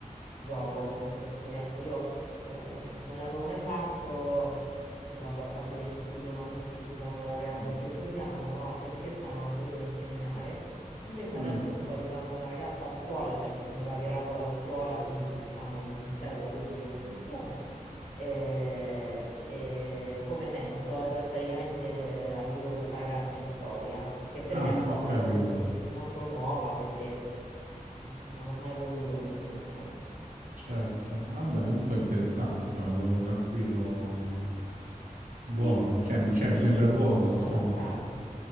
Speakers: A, on the left (about 75°); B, on the right (about 80°).
A: gioco, eh, perché ecco, io eh, non l'avevo mai fatto, io vabbè ho fatto degli studi umanistici, sono laureata
B: Mhm.
A: in filosofia, ma non ho, per scelta non ho voluto insegnare. Invece
B: Mm.
A: adesso sto aiutando una ragazza a scuola, cioè mi, mi pagherà poi la scuola, quindi diciamo il Ministero della Pubblica Istruzione, eh, e come mentor praticamente eh, aiuto questa ragazza in storia, che per
B: Ah,
A: me è una
B: ho
A: cosa
B: capito,
A: molto molto nuova perché non, non ho mai voluto insegnare.
B: certo. Vabbè, comunque è interessante, insomma, è un lavoro tranquillo e buono,
A: Sì,
B: cioè, mi cioè, mi
A: sì,
B: sembra buono,
A: sì,
B: insomma.
A: abbastanza.